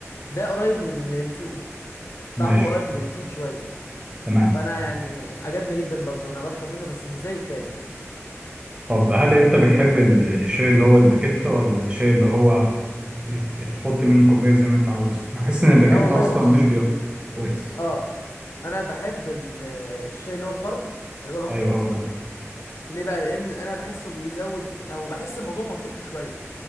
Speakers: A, on the left (about 70°); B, on the right (about 20°).
A: ده قريب من اليانسون
B: ماشي
A: طعمه قريب من اليانسون شوية
B: تمام
A: فانا يعني عجبني جدا برضو انا بشرب منه بس مش زي التاني
B: طب هل انت بتحب ال- الشاي اللي هو الباكيت ولا الشاي اللي هو ب- بتحط منه كميه زي ما انت عاوز انا بحس ان الباكيت
A: لا والله
B: اصلا
A: بص
B: مش بياخد كويس
A: اه انا بحب ال- الشاي اللي هو الفرط اللي هو لوحده
B: ايوه هو ده
A: ليه بقى لان انا بحسه بيزود او بحس الموضوع منطقي شوية